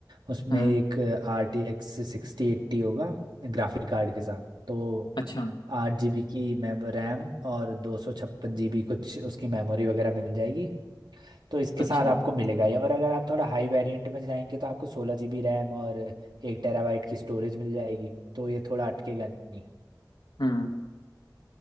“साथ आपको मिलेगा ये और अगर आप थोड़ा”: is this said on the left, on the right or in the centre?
Right